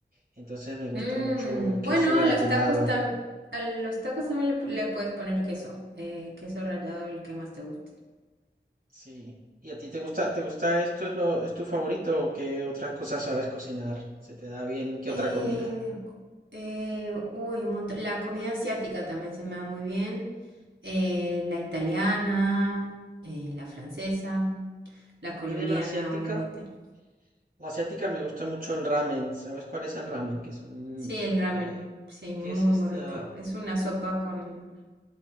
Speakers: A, on the right (about 50°); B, on the right (about 75°).
A: Entonces me gusta
B: Mm,
A: mucho el queso
B: bueno,
A: gratinado.
B: a los tacos tam- a los tacos también le, pu- le puedes poner queso, eh, queso rallado, el que más te guste.
A: Sí. ¿Y a ti te gusta, te gusta esto es lo, es tu favorito o qué otras cosas sabes cocinar? ¿Se te da bien? ¿Qué
B: Eh,
A: otra comida?
B: eh, uy, un montón. La comida asiática también se me da muy bien. eh, la italiana, eh, la francesa, la colombiana,
A: A mí de la asiática,
B: obviamente.
A: la asiática me gusta mucho el ramen. ¿Sabes cuál es el ramen? Que son,
B: Sí, el ramen,
A: eh,
B: sí, muy,
A: que es esta,
B: muy rico. Es una sopa con,